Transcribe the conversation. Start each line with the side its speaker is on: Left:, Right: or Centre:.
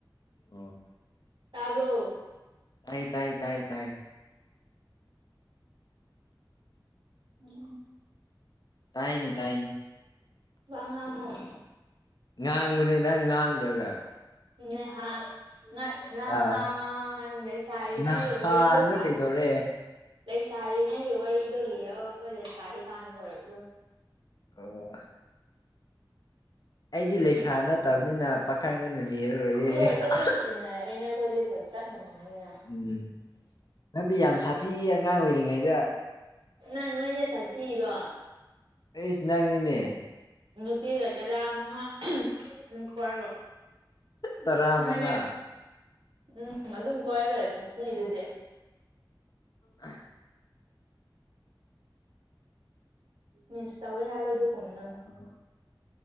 Left: ꯑꯣ
Right: ꯇꯥꯕꯔꯣ
Left: ꯑꯥꯏ ꯇꯥꯏ ꯇꯥꯏ ꯇꯥꯏ
Right: ꯎꯝ ꯎꯝ
Left: ꯇꯥꯏꯅꯦ ꯇꯥꯏꯅꯦ
Right: ꯁꯉꯥꯡ
Left: ꯉꯥꯡꯕꯗꯤ ꯅꯪ ꯉꯥꯡꯈ꯭ꯔꯒ
Right: ꯅꯦꯍꯥꯛ ꯉ ꯅꯍꯥꯟ
Left: ꯑꯥ
Right: ꯂꯩꯁꯥꯔꯤꯉꯩ
Left: ꯅꯍꯥꯟꯗꯣ
Right: ꯋꯥꯔꯤꯗꯣ ꯁꯥꯏ
Left: ꯀꯩꯗꯧꯔꯦ
Right: ꯂꯩꯁꯥꯔꯤꯉꯩꯒꯤ ꯋꯥꯔꯤꯗꯣ ꯂꯤꯔꯒ ꯑꯩꯈꯣꯏ ꯂꯩꯁꯥꯔꯤ ꯀꯥꯟ ꯑꯣꯏꯔꯕ ꯑꯗꯨꯝ
Left: ꯑꯣ ꯑꯩꯗꯤ
Right: ꯑꯗꯨꯅꯦ
Left: ꯂꯩꯁꯥ ꯅꯠꯇꯕꯅꯤꯅ ꯄꯥꯈꯪꯅꯤꯅ ꯂꯤꯔꯔꯣꯏꯌꯦ
Right: ꯑꯗꯨ ꯑꯣꯏꯔꯁꯨ
Left: ꯍ
Right: ꯑꯗꯨꯝ
Left: ꯑꯍꯥ
Right: ꯇꯤꯟꯅꯔꯛꯏꯅ ꯑꯈꯣꯏꯗꯤ ꯐꯣꯟ ꯆꯞ ꯃꯥꯟꯅꯕꯅꯤꯅ
Left: ꯎꯝ ꯅꯪꯗꯤ ꯌꯥꯝ ꯁꯥꯊꯤ ꯑꯉꯥꯡ ꯑꯣꯏꯔꯤꯉꯩꯗ
Right: ꯅꯪ ꯅꯣꯏꯅꯦ ꯁꯥꯊꯤꯗꯣ
Left: ꯑꯩꯁ ꯅꯪꯅꯤꯅꯦ
Right: ꯅꯨꯄꯤꯒ ꯇꯔꯥ ꯃꯉꯥ ꯑꯍꯝ ꯑꯃꯨꯛ ꯀꯣꯏꯔꯒ
Left: ꯇꯔꯥ
Right: ꯅꯣꯏꯅꯦ
Left: ꯃꯉꯥ
Right: ꯎꯝ ꯑꯗꯨꯝ ꯀꯣꯏꯔꯒ ꯁꯥꯊꯤꯔꯤꯗꯨꯗꯤ
Left: ꯑꯥ
Right: ꯃꯤꯁ ꯇꯧꯋꯦ ꯍꯥꯏꯕꯗꯨ ꯀꯨꯝꯗꯨ
Left: <unintelligible>